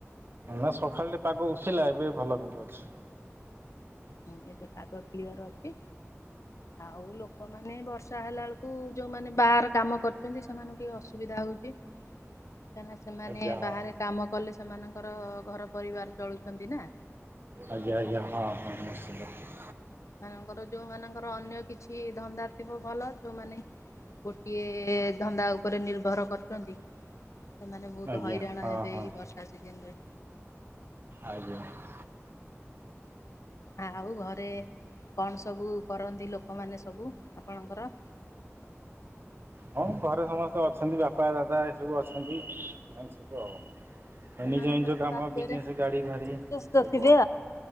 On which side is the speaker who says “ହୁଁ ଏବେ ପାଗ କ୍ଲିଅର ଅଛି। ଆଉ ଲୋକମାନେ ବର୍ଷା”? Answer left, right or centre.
Left